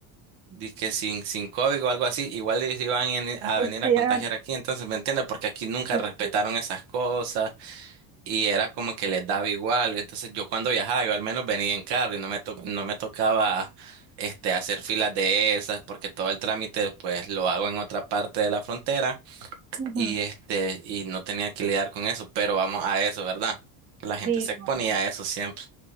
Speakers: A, on the right (about 65°); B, on the right (about 30°).
A: disque sin, sin COVID o algo así, igual ellos iban en- a
B: Ay,
A: venir
B: sí,
A: a contagiar
B: ah,
A: aquí. Entonces, ¿me entiendes? Porque aquí nunca
B: sí,
A: respetaron
B: sí, sí.
A: esas cosas y era como que les daba igual. Entonces yo cuando viajaba, yo al menos venía en carro y no me, to- no me tocaba este, hacer filas de esas porque todo el trámite pues lo hago en otra parte de la frontera
B: Ujú.
A: y, este, y no tenía que lidiar con eso, pero vamos a eso, ¿verdad? La gente
B: Sí,
A: se exponía
B: no.
A: a eso siempre.